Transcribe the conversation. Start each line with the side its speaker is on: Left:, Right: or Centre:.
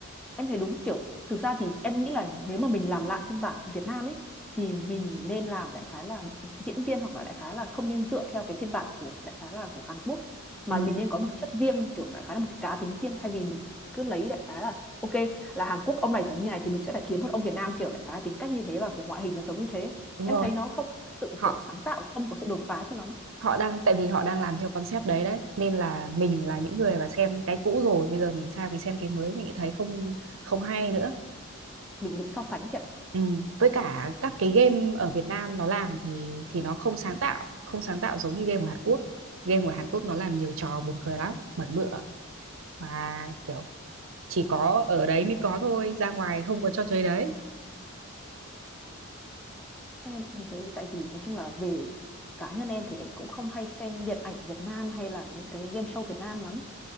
Centre: em thấy đúng kiểu thực ra thì em nghĩ là nếu mà mình làm lại phiên bản Việt Nam ấy thì mình nên làm đại khái là diễn viên hoặc là đại khái là không nên dựa theo cái phiên bản của đại khái là của Hàn Quốc mà
Right: ừ.
Centre: mình nên có một cái chất riêng kiểu đại khái là một cái cá tính riêng thay vì mình cứ lấy đại khái là ok là Hàn Quốc ông này phải như này thì mình sẽ phải kiếm một ông Việt Nam kiểu đại khái tính cách như thế và kiểu ngoại hình là giống như thế
Right: đúng
Centre: em
Right: rồi
Centre: thấy nó không thực sự
Right: họ
Centre: kiểu sáng tạo không có sự đột phá cho lắm
Right: họ đang tại vì họ đang làm theo concept đấy đấy nên là mình là những người mà xem cái cũ rồi bây giờ mình sang mình xem cái mới mình thấy không không hay nữa
Centre: mình bị so sánh chị ạ
Right: ừ. với cả các cái game ở Việt Nam nó làm thì thì nó không sáng tạo không sáng tạo giống như game của Hàn Quốc game của Hàn Quốc nó làm nhiều trò buồn cười lắm bẩn bựa và kiểu chỉ có ở đấy mới có thôi ra ngoài không có trò chơi đấy
Centre: Em thấy thế tại vì nói chung là về cá nhân em thì em cũng không hay xem điện ảnh Việt Nam hay là những cái game show Việt Nam lắm.